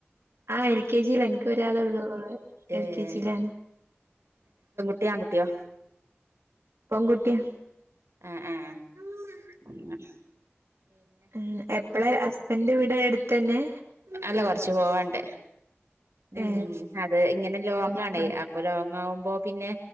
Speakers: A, on the right; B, on the right.
A: ആ എൽ കെ ജി ലാ എനിക്ക് ഒരാള് ള്ളു
B: ഏ
A: എൽ കെ ജിലാണ്
B: കുട്ടി ആണ് കുട്ട്യോ
A: പെങ്കുട്ട്യാ
B: ആഹ്ആഹ് ഉ
A: ഉ എപ്പളാഹസ്ബന്റെ വീട് അടുത്ത് തന്നെ
B: അല്ല കൊറച്ച്പോവാണ്ട് ഉം
A: ഏ
B: അതെ ഇങ്ങനെ ലോങ്ങാണേ
A: എപ്പ
B: അപ്പ് അപ്പൊ ലോങ്ങകുമ്പോ പിന്നെ